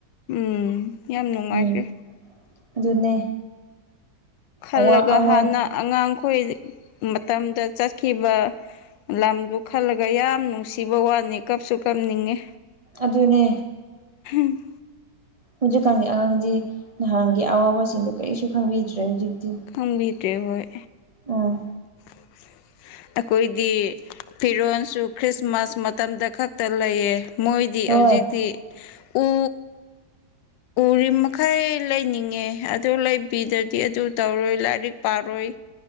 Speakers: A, on the left; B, on the right.
A: ꯎꯝ ꯌꯥꯝ ꯅꯨꯡꯉꯥꯏꯈ꯭ꯔꯦ꯫
B: ꯎꯝ ꯑꯗꯨꯅꯦ꯫
A: ꯈꯜꯂꯒ
B: ꯑꯋꯥ ꯑꯋꯥ
A: ꯍꯥꯟꯅ ꯑꯉꯥꯡꯈꯣꯏ ꯃꯇꯝꯗ ꯆꯠꯈꯤꯕ꯫ ꯂꯝꯗꯨ ꯈꯜꯂꯒ ꯌꯥꯝ ꯅꯨꯡꯁꯤꯕ ꯋꯥꯅꯤ ꯀꯞꯁꯨ ꯀꯞꯅꯤꯡꯉꯦ꯫
B: ꯑꯗꯨꯅꯦ
A: ꯎꯝ
B: ꯍꯧꯖꯤꯛꯀꯥꯟꯒꯤ ꯑꯉꯥꯡꯗꯤ ꯅꯍꯥꯟꯒꯤ ꯑꯋꯥꯕꯁꯤꯡꯗꯨꯣ ꯀꯔꯤꯁꯨ ꯈꯪꯕꯤꯗ꯭ꯔꯦ ꯍꯧꯖꯤꯛꯇꯤ꯫
A: ꯐꯪꯕꯤꯗ꯭ꯔꯦ ꯍꯣꯏ꯫
B: ꯑꯎ
A: <unintelligible> ꯑꯩꯈꯣꯏꯗꯤ ꯐꯤꯔꯣꯟꯜꯁꯨ ꯈ꯭ꯔꯤꯁꯃꯥꯁ ꯃꯇꯝꯗ ꯈꯛꯇ ꯂꯩꯌꯦ꯫ ꯃꯣꯏꯗꯤ
B: ꯍꯣꯏ
A: ꯍꯧꯖꯤꯛꯇꯤ ꯎ ꯎꯔꯤ ꯃꯈꯩ ꯂꯩꯅꯤꯡꯉꯦ ꯑꯗꯨ ꯂꯩꯕꯤꯗ꯭ꯔꯗꯤ ꯑꯗꯨ ꯇꯧꯔꯣꯏ ꯂꯥꯏꯔꯤꯛ ꯄꯥꯔꯣꯏ꯫